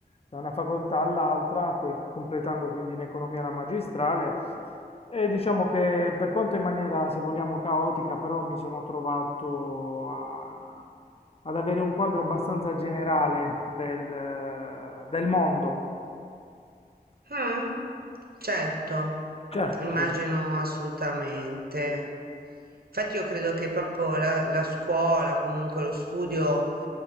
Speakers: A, on the left; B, on the right.
A: da una facoltà all'altra, poi completando quindi in economia la magistrale. E diciamo che per quanto in maniera, se vogliamo, caotica, però mi sono trovato a- ad avere un quadro abbastanza generale del, del mondo.
B: Mh. Certo,
A: Certo,
B: immagino assolutamente. Infatti io credo che proprio la la scuola, comunque lo studio,